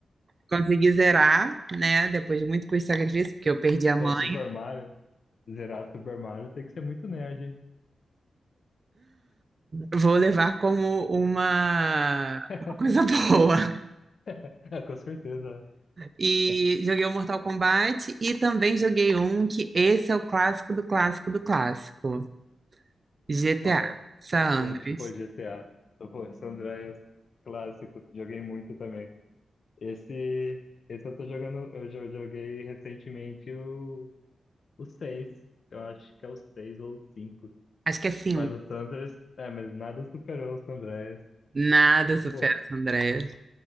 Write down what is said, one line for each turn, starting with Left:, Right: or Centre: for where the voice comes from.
Right: Consegui zerar, né, depois de muito custo e sacrifício, porque eu perdi a mãe.
Left: Pô, Super Mario. Zerar Super Mario tem que ser muito nerd, hein?
Right: Vou levar como uma,
Left: <laughs>
Right: uma coisa <laughs> boa.
Left: <laughs> Ah, com certeza.
Right: E joguei o Mortal Kombat e também joguei um que esse é o clássico do clássico do clássico. GTA,
Left: Fala.
Right: Sandres.
Left: Conte, pô, GTA. Então, Pô, San Andreas, clássico. Joguei muito também. Esse, esse eu tô jogando, eu já joguei recentemente o, o seis Eu acho que é o 6 ou o 5.
Right: Acho que assim,
Left: Mas o San Andreas, é, mas nada superou o San Andreas.
Right: nada supera
Left: Pô,
Right: as Andreas.